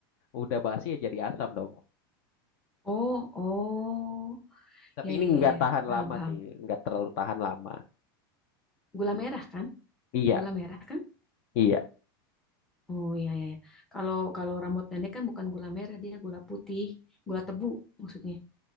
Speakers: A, on the left (about 40°); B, in the centre.
A: udah basi ya jadi asam dong.
B: Oh, oh.
A: Tapi
B: Ya, ya,
A: ini
B: ya.
A: nggak
B: ya.
A: tahan
B: Paham,
A: lama
B: paham.
A: sih. Nggak terlalu tahan lama.
B: Gula merah kan?
A: Iya,
B: Gula merah kan?
A: iya.
B: Oh, ya, ya, ya. Kalau kalau rambut nenek kan bukan gula merah, dia gula putih, gula tebu maksudnya.